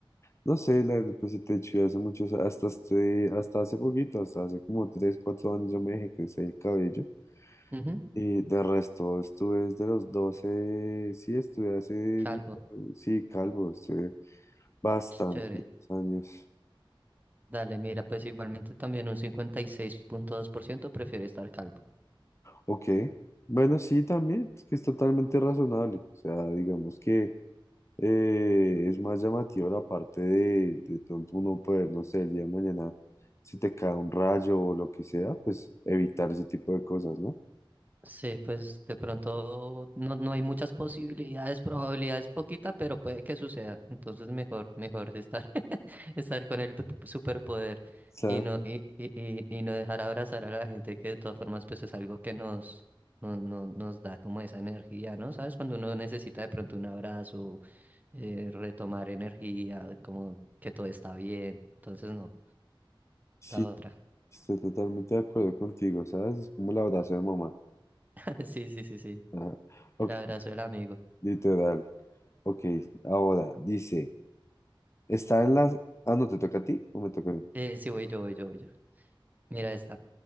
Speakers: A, on the left; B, on the right.
A: no sé, la, pues si te he dicho, ya hace muchos, hasta, este- hasta hace poquito, hasta hace como 3 4 años yo me dejé crecer el cabello.
B: Ujú.
A: Y de resto, estuve desde los doce sí, estuve hace,
B: Calvo,
A: sí, calvo, estuve bastantes
B: chévere.
A: años.
B: Dale, mira, pues igualmente también un 56.2% prefiere estar calvo.
A: Ok, bueno, sí, también, es que es totalmente razonable. O sea, digamos que eh, es más llamativo la parte de, de pronto uno poder, no sé, el día de mañana, si te cae un rayo o lo que sea, pues evitar ese tipo de cosas, ¿no?
B: Sí, pues de pronto no, no hay muchas posibilidades, probabilidades poquita, pero puede que suceda. Entonces mejor, mejor estar, <laughs> estar con el p- p- superpoder
A: Claro,
B: y no, y, y, y, y no dejar abrazar a la gente que de todas formas pues es algo que nos, nos, nos, nos da como esa energía, ¿no? ¿Sabes? Cuando uno necesita de pronto un abrazo eh, retomar energía, como que todo está bien. Entonces, no,
A: sí,
B: la otra.
A: estoy totalmente de acuerdo contigo, ¿sabes? Es como el abrazo de mamá.
B: <laughs> Sí, sí, sí, sí.
A: Ajá. Ok,
B: El abrazo del amigo.
A: literal. Ok, ahora dice, está en las... Ah, no, ¿te toca a ti o me toca a mí?
B: Eh, sí, voy yo, voy yo, voy yo. Mira esta.